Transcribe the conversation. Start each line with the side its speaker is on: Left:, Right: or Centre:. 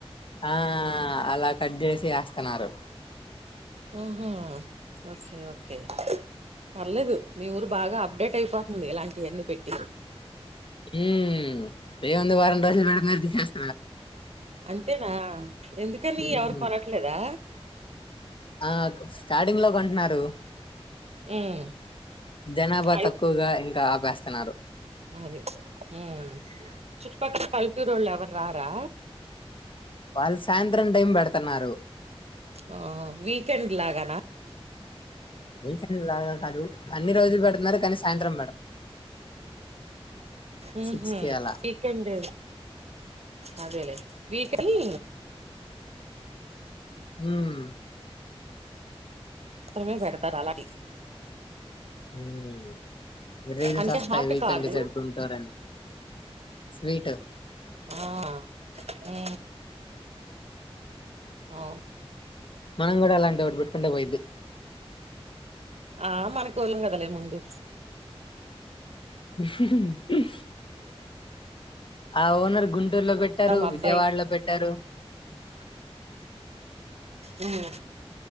Left: ఆ అలా కట్ చేసి యాస్తన్నారు
Right: ఊహూ ఓకే ఓకే పర్లేదు మీ ఊరు బాగా అప్డేట్ అయిపోతుంది ఇలాంటివన్నీ పెట్టి
Left: ఊ ఏముంది వారం రోజలు పెడుతున్నారు తీసేస్
Right: అంతేనా ఎందుకని
Left: మ్మ్
Right: ఎవరు కొనట్లేదా
Left: ఆ క్ స్టార్టింగ్ లో కొంటున్నారు
Right: హ్మ్.
Left: జనాభా
Right: అయి
Left: తక్కువగా ఇంకా వ్యస్తున్నారు
Right: అది మ్ పుత్తూరు వాళ్లు ఎవరు రారా
Left: వాళ్ళు సాయంత్రం టైం పెడుతున్నారు
Right: ఆ వీకెండ్ లాగానా
Left: వీకెండ్ లాగా కాదు అన్ని రోజులు పెడుతున్నారు కానీ సాయంత్రం పెడతా
Right: ఉహుమ్
Left: సిక్స్ కి అలా
Right: వీకెండ్ అదేలే విక్ అని
Left: హమ్
Right: మాత్రమే పెడతారు అలాంటి
Left: ఉమ్ రీల్స్
Right: అంటే
Left: వస్తాయి
Right: హాట్
Left: వీకెండ్
Right: కాదు.
Left: చెడుంటారని స్వీట్
Right: ఆ ము ఆ
Left: మనం కూడా అలాంటిది ఒకటి పెట్టుకుంటే పోయింది
Right: ఆ మన కోళం కదలే ముందు
Left: <inaudible> ఆ ఓనర్ గుం గుంటూరు లో పెట్టారు
Right: ఆ! మా
Left: విజయవాడలో
Right: అబ్బాయికి.
Left: పెట్టారు
Right: ఉమ్